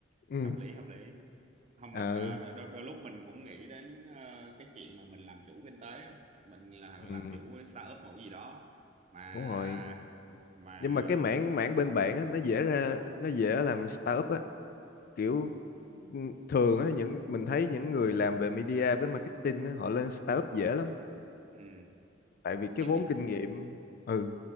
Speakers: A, on the left; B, on the right.
A: ừ
B: hợp lý hợp lý không
A: ờ
B: mình ờ, đôi, đôi, đôi lúc mình cũng nghĩ đến ờ, cái chuyện mà mình làm chủ kinh tế á. mình là làm
A: ừ
B: chủ cái startup một cái gì đó mà
A: đúng rồi
B: mà
A: nhưng mà cái mảng mảng bên bạn á, nó dễ ra nó dễ làm startup á kiểu ừ, thường á những mình thấy những người làm về media với marketing á, họ lên startup dễ lắm
B: ừ,
A: tại
B: giống
A: vì cái vốn
B: như
A: kinh nghiệm ừ